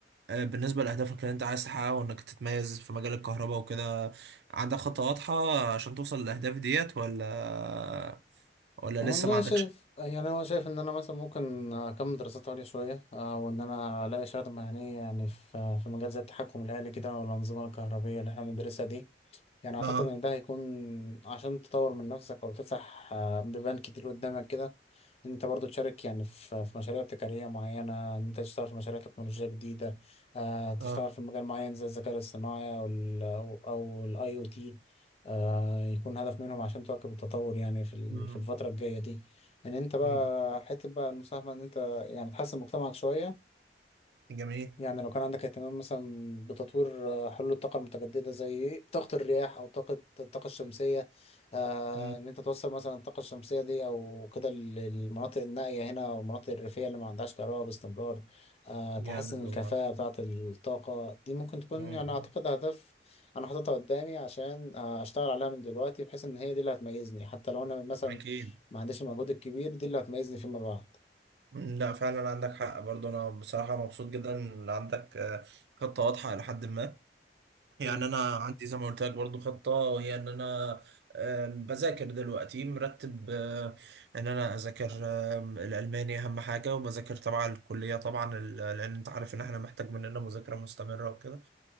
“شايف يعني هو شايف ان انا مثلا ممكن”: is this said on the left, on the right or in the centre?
Left